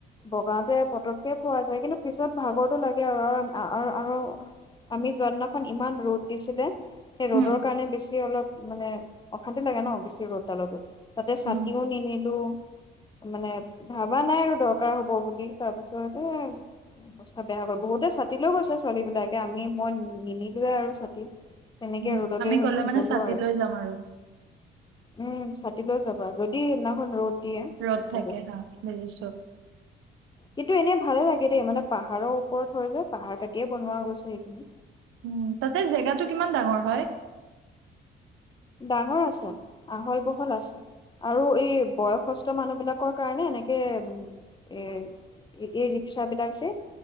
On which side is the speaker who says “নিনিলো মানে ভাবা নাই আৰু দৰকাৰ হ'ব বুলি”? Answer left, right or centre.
Left